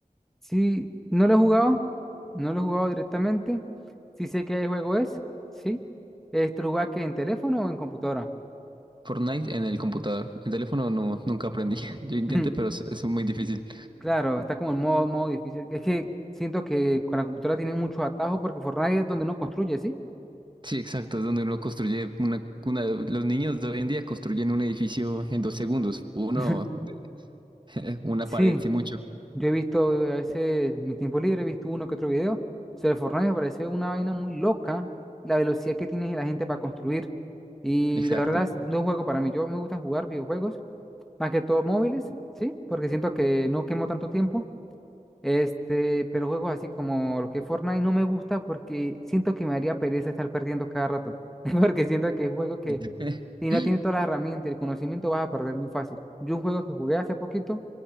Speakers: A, in the centre; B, on the right.
A: Sí, no lo he jugado, no lo he jugado directamente. Sí sé qué juego es, sí. ¿Esto lo juega que en teléfono o en computadora?
B: Fortnite en el computador. En teléfono no, nunca aprendí. <laughs> Yo
A: <laughs>
B: intenté,
A: <clears throat>
B: pero es, es muy difícil.
A: Claro, está como en modo, modo difícil. Es que siento que con la computadora tiene muchos atajos porque Fortnite es donde uno construye, ¿sí?
B: Sí, exacto, es donde uno construye una, una- Los niños de hoy en día construyen un edificio en dos segundos. Uno,
A: <laughs>
B: <laughs> una
A: Sí,
B: pared, sí mucho.
A: yo he visto a veces en mi tiempo libre, he visto uno que otro video sobre Fortnite, me parece una vaina muy loca la velocidad que tiene la gente para construir. Y
B: Exacto.
A: la verdad es- no es un juego para mí. Yo me gusta jugar videojuegos Más que todo móviles, sí, porque siento que no quemo tanto tiempo. Este, pero juegos así como lo que es Fortnite no me gusta porque siento que me haría pereza estar perdiendo cada rato. <laughs> Porque siento que es un juego que
B: <laughs>
A: si no tiene todas las herramientas y el conocimiento vas a perder muy fácil. Yo un juego que jugué hace poquito